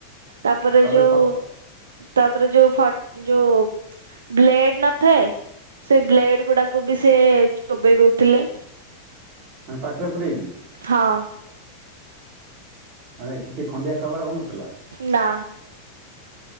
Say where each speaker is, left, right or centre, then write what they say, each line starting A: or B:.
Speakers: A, on the right; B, on the right.
A: ତାପରେ
B: ତମେ
A: ଯୋଉ
B: ଫ
A: ତାପରେ ଯୋଉ ଫ ଯୋଉ ବ୍ଲେଡ ନଥାଏ ସେ ବ୍ଲେଡ ଗୁଡାକୁ ବି ସେ ଚୋବେଇ ଦେଉଥିଲେ।
B: ମାନେ ପାଟିରେ ପୁରେଇକି?
A: ହଁ।
B: ମାନେ କିଛି ଖଣ୍ଡିଆ ଖାବରା ହଉ ନଥିଲା?
A: ନା।